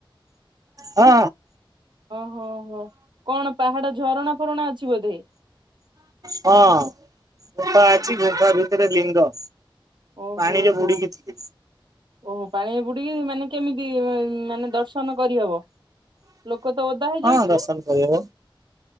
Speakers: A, on the right (about 40°); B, on the right (about 60°).
A: ହଁ।
B: ଓ ହୋ କଣ ପାହାଡ ଝରଣା ଫରଣା ଅଛି ବୋଧେ?
A: ହଁ ଗୁମ୍ଫା ଅଛି
B: ଓହୋ
A: ଗୁମ୍ଫା ଭିତରେ ଲିଙ୍ଗ
B: ଓହୋ
A: ପାଣିରେ ବୁଡିକି
B: ହୋ
A: ଥିବେ
B: ଓହୋ ପାଣି ପୁଡି ଗ ମାନେ କେମିତି ମାନେ ଦର୍ଶନ କରିହବ? କତେ ଓଦା ହେଇଯାଉଥିବେ
A: ହଁ ଦର୍ଶନ କରିହବ।